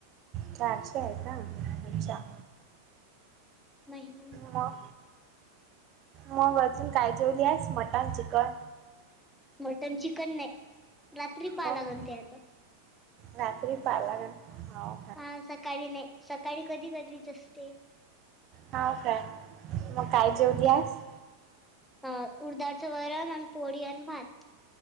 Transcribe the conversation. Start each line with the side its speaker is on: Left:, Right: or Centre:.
Right: चारशे आहे का अच्छा
Centre: नाहीन
Right: मग मग अजून काय जेवली आहेस मटन, चिकन?
Centre: मटन, चिकन नाही रात्री पाहा
Right: मग
Centre: लागणते आता
Right: रात्री पहाव लागण हाव
Centre: हा सकाळी नाही सकाळी कधी, कधीच असते
Right: हाव काय? मग काय जेवलीयास?
Centre: अ उडदडचं वरण आणि पोळी आणि भात